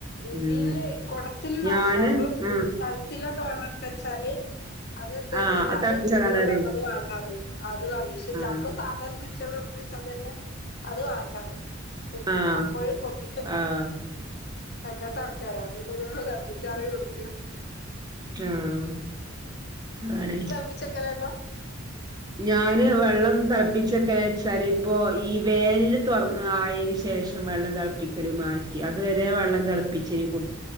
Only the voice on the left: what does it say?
ഇതില്
കുടത്തിലുള്ള
വെള്ളമാ
കലത്തിലൊക്കെ വെള്ളം എടുത്ത വച്ചാല് അതെന്താ വച്ചാല്
അത്
ചുടുവെള്ളംണത്
വേണ്ട അറിയും. അതും അറിയ പക്ഷെ
ചമ്മൾ സാധാരണ പച്ചകള എടുത്ത് വെച്ചാ തന്നെ അത് വേണ്ട അറ കൊടു
അപ്പോഴ കൊട്ട
എങ്ങനത്തെ ആൾക്കാര് തളപ്പിച്ചാറി കൊടുക്ക
വിച്ചക്കരല്ലോ-